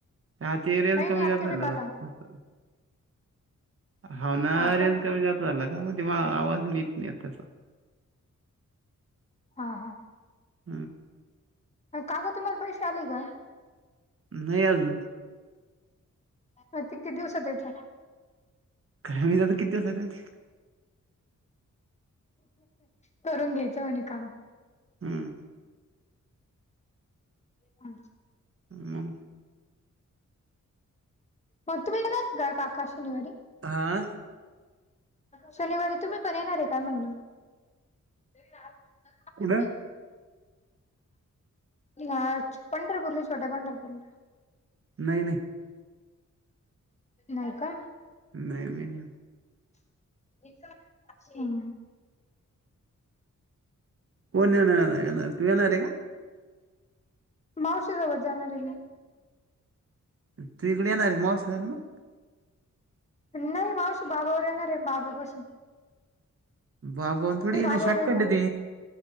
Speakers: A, on the right; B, on the left.
A: हा ते रेंज
B: नाही
A: कमी
B: नाही आत्ता
A: जास्त झाल्यावर
B: शिकाला
A: होतं तसं. हावना
B: हो
A: रेंज
B: का
A: कमी जादा झाला का, मग तेव्हा आवाज नीट नाही त्याचा.
B: हा हा.
A: हम्म.
B: काका तुम्हाला पैसे आलेय का?
A: नाही अजून.
B: अ ते कीती दिवसात येता.
A: काय माहीत आता किती दिवसात येता ते.
B: करून घ्यायचं म्हणे काम.
A: हम्म.
B: हम्म.
A: मग?
B: मग तुम्ही येणारे काय काका शनिवारी?
A: आ.
B: शनिवारी तुम्ही पण येणारे काय म्हणल? <inaudible>
A: कुठं?
B: हाच पंढरपूरला. छोट्या पंढरपूरला.
A: नाही नाही.
B: नाही का?
A: नाही मी नाही येनार.
B: ह ह.
A: कोण येणारे येणार. तू येणारे का?
B: मावशी सोबत जाणारे मी.
A: तु इकड येनारे मावशी सग म.
B: नाही मावशी बाबाबर येणारे. बाबापशी.
A: बाबा थोडी
B: मी
A: येणं
B: बाबाबर
A: शॉर्टकट
B: येणारे.
A: आहे